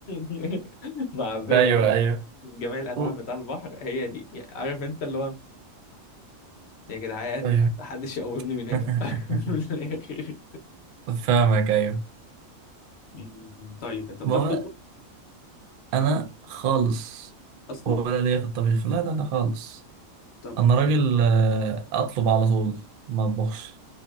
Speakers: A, on the left (about 60°); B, on the right (about 65°).
A: <laughs> معبيه
B: ايوه
A: بقى
B: ايوه
A: من جميع الانواع
B: و-
A: بتاع البحر هي دي عارف انت اللي هو يا جدعان
B: ايوه
A: محدش يقومني من هنا
B: <laughs>
A: <laughs> من الآخر.
B: فاهمك ايوه
A: مم. طيب انت بتعرف
B: ما هو
A: تطبخ
B: انا خالص
A: اصلا
B: ولا ليا في الطبيخ لا لا لا خالص
A: طب
B: انا
A: ما-
B: راجل آه، اطلب على طول ما اطبخش